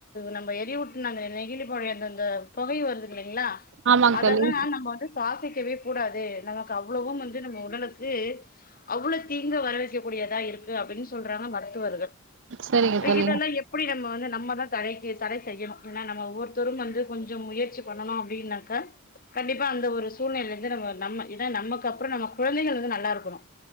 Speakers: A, on the left (about 40°); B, on the right (about 60°).
A: நம்ம எரியூட்ன அந்த நெகிழி போடை அந்தந்த பொகை வருது இல்லைங்ளா
B: ஆமாங்க
A: அதெல்லா
B: தோழி
A: நம்ம வந்து சுவாசிக் கவே கூடாது நமக்கு அவ்வளவும் வந்து நம்ம உடலுக்கு அவ்வளோ தீங்கு வர வைக்கக்கூடியதா இரு க்கு அப்டின் சொல்றாங்க மருத்துவர்கள்
B: சரிங்க
A: அ
B: தோழி
A: இதெல்லா எப்டி நம்ம வந்தந்த் நம்ம தா தடைக்கி தடை செய்யணு எனா நம்ம ஒவ்வொருத்தரும் வந்து கொஞ்சம் முயற்சி பண்ணுணோ அப்டின்னாக்கா கண்டிப்பா அந்த ஒரு சூழ்நிலைந்து நம்ம நம்ம ஏனா நம்மக்கப்றொ நம்ம குழந்தைகள் வந்து நல்லாருக்கணூ